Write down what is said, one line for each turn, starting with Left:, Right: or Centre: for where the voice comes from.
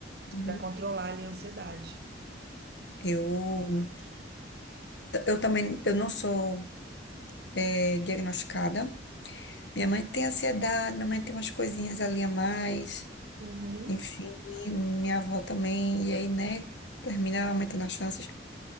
Left: Uhum.
Right: Pra controlar ali a ansiedade.
Left: Eu, eu também, eu não sou eh, diagnosticada. Minha mãe tem ansiedade, minha mãe tem umas coisinhas ali a mais.
Right: Uhum.
Left: Enfim, e minha avó também, e aí, né, termina aumentando as chances.